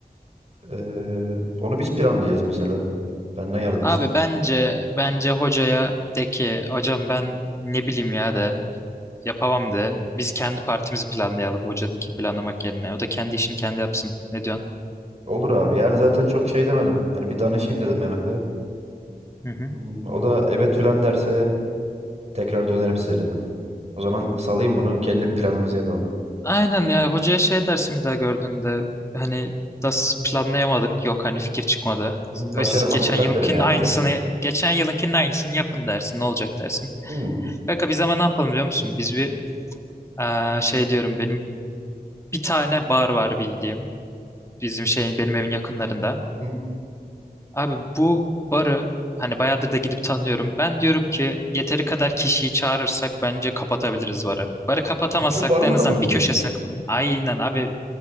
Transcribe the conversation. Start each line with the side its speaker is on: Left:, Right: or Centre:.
Right: Eee, onu biz planlayacağız mesela. Benden yardım
Left: Abi
Right: istedim.
Left: bence bence hocaya de ki hocam ben ne bileyim ya de Yapamam de. Biz kendi partimizi planlayalım hocanınki planlamak yerine. O da kendi işini kendi yapsın. Ne diyorsun?
Right: Olur abi. Yani zaten çok şey demedim. Hani bir danışayım dedim Mehmet'e.
Left: Hı hı.
Right: Hmm, O da evet filan derse tekrar dönerim size dedim. O zaman salayım bunu. Kendi planımızı yapalım.
Left: Aynen ya hocaya şey dersin bir daha gördüğünde hani nasıl planlayamadık yok hani fikir çıkmadı.
Right: Hı hı.
Left: Öz-
Right: Başaramadık
Left: Geçen
Right: filan
Left: yılınkinin
Right: derim yani
Left: aynısını
Right: çok.
Left: geçen yılınkinin aynısını yapın dersin ne olacak dersin.
Right: Hmm.
Left: Kanka biz ama ne yapalım biliyor musun? Biz bir eee, şey diyorum benim bir tane bar var bildiğim. Bizim şey benim evin yakınlarında.
Right: Hı hı.
Left: Abi bu barı hani bayağıdır da gidip tanıyorum. Ben diyorum ki yeteri kadar kişiyi çağırırsak bence kapatabiliriz barı. Barı kapatamazsak
Right: Bütün barı
Left: da
Right: mı
Left: en
Right: kapatacağız?
Left: azından bir köşesine... kap- Aynen abi